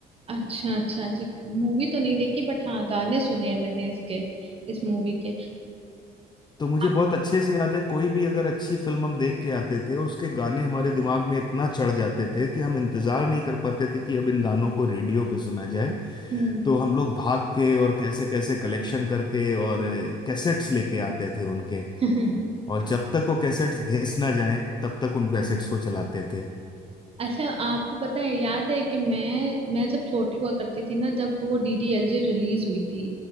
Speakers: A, on the right; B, on the left.
A: अच्छा अच्छा अच्छा मूवी तो नहीं देखी बट हाँ गाने सुने हैं मैंने इसके इस मूवी के
B: तो मुझे
A: आप
B: बहुत अच्छे से याद है कोई भी अगर अच्छी फिल्म हम देख के आते थे और उसके गाने हमारे दिमाग में इतना चढ़ जाते थे कि हम इंतजार नहीं कर पाते थे कि अब इन गानों को रेडियो पे सुना जाए
A: हम्म
B: तो हम लोग भाग के और कैसे कैसे कलेक्शन करके और कैसेट्स लेके आते थे उनके
A: <laughs>
B: और जब तक वो कैसेट्स घिस ना जाएं तब तक उन कैसेट्स को चलाते थे
A: अच्छा आपको पता है याद है कि मैं मैं जब छोटी हुआ करती थी ना जब वो डीडीएलजे रिलीज हुई थी